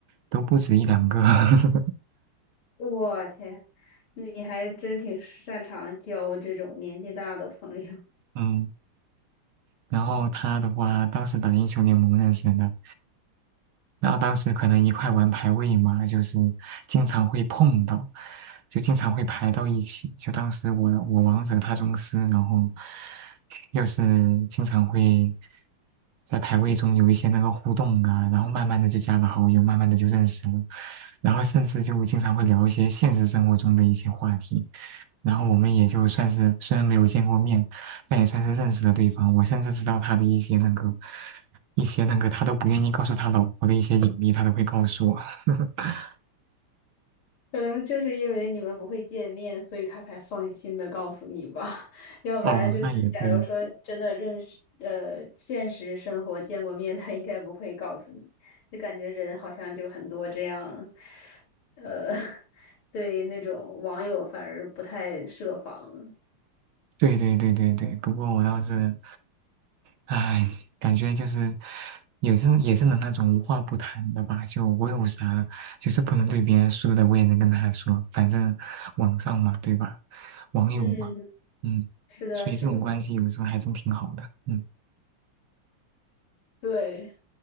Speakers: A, on the right; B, on the left.
A: 都不止一两个。<laughs>
B: 我天，你还真挺擅长交这种年纪大的朋友，<laughs>
A: 嗯然后他的话，当时打英雄联盟认识的，然后当时可能一块玩排位嘛，就是经常会碰到，就经常会排到一起。就当时我我王者他宗师，然后又是经常会在排位中有一些那个互动啊，然后慢慢的就加了好友，慢慢的就认识了，然后甚至就经常会聊一些现实生活中的一些话题，然后我们也就算是虽然没有见过面。那也算是认识了对方。我甚至知道他的一些那个，一些那个他都不愿意告诉他老婆的一些隐秘，他都会告诉我。<laughs>
B: 可能正是因为你们不会见面，所以他才放心的告诉你吧。<laughs> 要不然就是，
A: 哦，那也对，
B: 假如说真的认识，呃，现实生活见过面，他应该不会告诉你。就感觉人好像就很多这样，呃，<laughs> 对那种网友反而不太设防。
A: 对对对对对。不过我倒是，唉，感觉就是也是也是能那种无话不谈的吧。就我有啥，就是不能对别人说的，我也能跟他说。反正网上嘛，对吧？网友嘛，
B: 嗯，
A: 嗯，
B: 是的，
A: 所以这种关系有时候还真挺好的。
B: 是的。
A: 嗯，
B: 对。